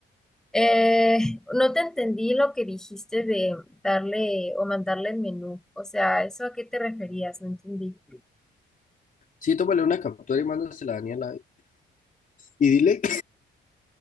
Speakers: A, in the centre; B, on the left (about 40°).
A: Eh, no te entendí lo que dijiste de darle o mandarle el menú. O sea, ¿eso a qué te referías? No entendí.
B: Sí, tómale una captura y mándasela a Daniela y dile,